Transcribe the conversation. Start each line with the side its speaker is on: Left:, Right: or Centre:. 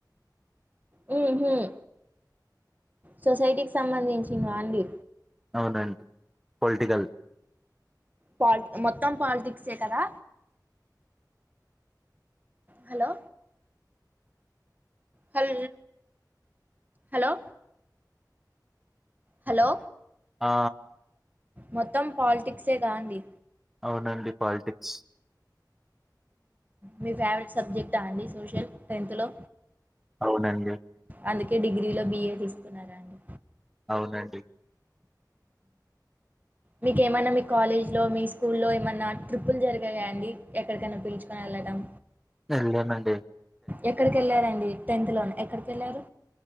Right: హ్మ్ హ్మ్ సొసైటీకి సంబంధించినవ అండి
Centre: అవునండి పొలిటికల్
Right: పాలిటి మొత్తం పాలిటిక్సే కదా హలో హలో హలో హలో
Centre: ఆ
Right: మొత్తం పాలిటిక్సే కా అండి
Centre: అవునండి పాలిటిక్స్
Right: మీ ఫేవరెట్ సబ్జెక్టా అండి సోషల్ టెన్త్ లో
Centre: అవునండి
Right: అందుకే డిగ్రీలో బిఏ తీసుకున్నారా అండి
Centre: అవునండి
Right: మీకు ఏమన్నా మీ కాలేజ్ లో మీ స్కూల్ లో ఏమన్నా ట్రిప్పులు జరిగాయా అండి, ఎక్కడికైనా పిలుచుకొని వెదం
Centre: వెళ్లానండి
Right: ఎక్కడికెళ్లారండి టెన్త్ లోనే ఎక్కడికెళ్ళారు